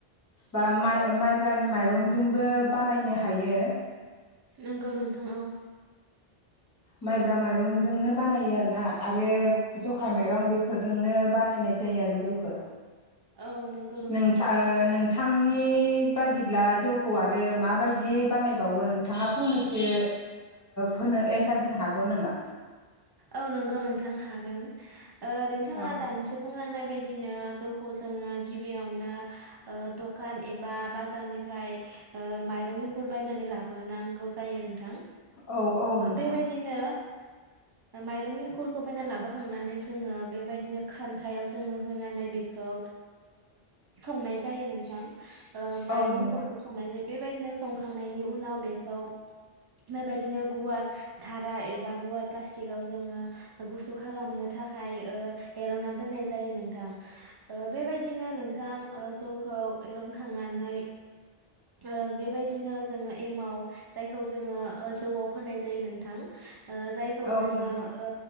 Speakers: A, on the left; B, on the right.
A: बा माइ माइब्रानि माइरंजोंबो बानायनो हायो
B: नंगौ नोंथां औ
A: माइब्रा माइरंजोंनो बानायो आरोोना आरो जखाय माइरं बेफोरजोंनो बानायनाय जायो आरो जौखो
B: औ नंगौ नोंथां
A: नोंथा नों थांनि बादिब्ला जौखौ आरो माबायदियै बानायबावो नोंथाङा फंनैसो होनो एन्सार होनो हागौ नामा
B: औ नंगौ नोंथां हागोन नोंथाङा
A: औ
B: दानिसो बुंलांनाय बायदि बिदिनो जौखौ जोङो गिबियावनो दखान एबा बाजारनिफ्राय माइरं इखुर बायनानै लाबोनांगौ जायो नोंथां
A: औ औ नोंथां
B: बेबायदिनो माइरंनिंखुरखौ बायनानै लाबोखांनानै जोङो बेबायदिनो खान्थायाव जोङो होनानै बेखौ संनाय जायो नोंथां माइरंफोरखौ
A: औ नोंथां
B: संनाय जायो बेबायदिनो संखांनायनि उनाव बेखौ बेबायदिनो गुवार धारा एबा गुवार प्लास्टिकाव जोङो गुसु खालामनो थाखाय एर'ना दोननाय जायो नोंथां ओ बेबायदिनो नोंथां ओ जौखौ एरनखांनानै ओ बेबायदिनो जोङो एमाव जायखौ जोङो ओ जौआव फाननाय जायो नोंथां ओ खौ
A: औ
B: जोङो
A: नोंथां
B: ओ